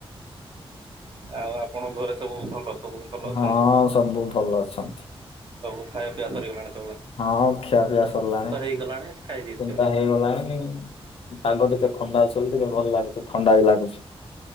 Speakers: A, on the right; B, on the left.
A: ଆଉ ଆପଣଙ୍କ ଘରେସବୁ ଭଲ? ସବୁ ଭଲ ଅଛନ୍ତି
B: ହଁ ସବୁ ଭଲଅଛନ୍ତି।
A: ସବୁ ଖାଇବା ପିଇବା ସରି ଗଲାଣି?
B: ହଁ ଖିଆ ପିଆ ସରିଲାଣି।
A: ହେଇଗଲାଣି ଖାଇ ଦେଇଥିବେ।
B: ଚିନ୍ତା ହେଇଗଲାଣି ପାଗ ଟିକେ ଥଣ୍ଡା ଅ ଟିକେ ଭଲ ଲାଗୁଚ ଥଣ୍ଡା ବି ଲାଗୁଛି।